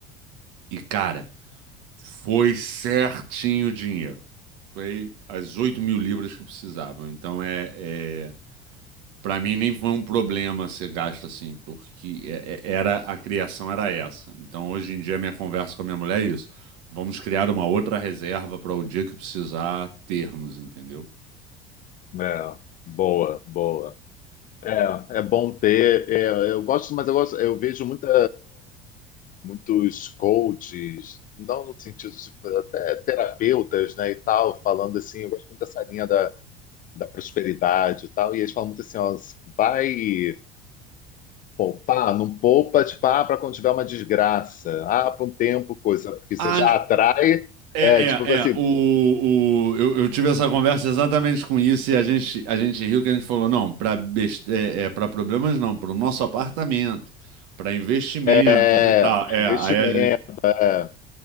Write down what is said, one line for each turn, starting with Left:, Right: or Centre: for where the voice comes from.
Right: E, cara, foi certinho o dinheiro. Foi as 8 mil libras que precisavam. Então, é, é... para mim, nem foi um problema ser gasto assim, porque é- é- era a criação era essa. Então, hoje em dia, minha conversa com a minha mulher é isso. Vamos criar uma outra reserva para o dia que precisar termos, entendeu?
Left: É, boa, boa. É, é bom ter. é, eu gosto, mas eu gosto, eu vejo muita, muitos coaches, não no sentido, tipo, até terapeutas, né, e tal, falando assim, eu gosto muito dessa linha da, da prosperidade e tal, e eles falam muito assim, ó, vai poupar, não poupa, tipo, ah, para quando tiver uma desgraça, ah, para um tempo, coisa, porque você
Right: Ah,
Left: já
Right: n-
Left: atrai,
Right: É,
Left: é, tipo
Right: é,
Left: assim,
Right: é. O, o, eu, eu tive essa conversa exatamente com isso e a gente, a gente riu que a gente falou, não, para é, é, para problemas não, para o nosso apartamento, para investimentos
Left: é,
Right: e tal.
Left: para
Right: É,
Left: investimento.
Right: aí a gente,
Left: é.